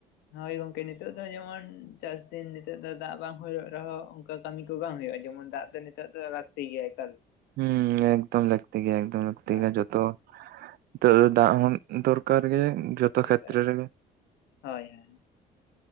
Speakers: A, on the left; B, on the right.
A: ᱦᱳᱭ ᱜᱚᱝᱠᱮ ᱱᱤᱛᱚᱜ ᱫᱚ ᱡᱮᱢᱚᱱ ᱪᱟᱥ ᱫᱤᱱ ᱱᱤᱛᱚᱜ ᱫᱚ ᱫᱟᱜ ᱵᱟᱝ ᱦᱳᱭᱳᱜ ᱨᱮᱦᱚᱸ ᱚᱱᱠᱟ ᱠᱟᱹᱢᱤ ᱠᱚ ᱵᱟᱝ ᱦᱩᱭᱩᱜᱼᱟ ᱡᱮᱢᱚᱱ ᱫᱟᱜ ᱫᱚ ᱱᱤᱛᱚᱜ ᱫᱚ ᱞᱟᱹᱠᱛᱤ ᱜᱮᱭᱟ ᱮᱠᱟᱞ ᱾
B: ᱦᱩᱸ ᱮᱠᱫᱚᱢ ᱞᱟᱹᱠᱛᱤ ᱜᱮᱭᱟ ᱮᱠᱫᱚᱢ ᱞᱟᱹᱠᱛᱤ
A: ᱦᱳᱭ
B: ᱜᱮᱭᱟ ᱡᱚᱛᱚ ᱱᱤᱛᱚᱜ ᱫᱟᱜ ᱦᱚᱸ ᱫᱚᱨᱠᱟᱨ ᱜᱮ ᱡᱚᱛ ᱛᱚ ᱠᱷᱮᱛᱨᱮ
A: ᱮᱠᱟᱞ
B: ᱨᱮᱜᱮ᱾
A: ᱦᱳᱭ ᱦᱳᱭ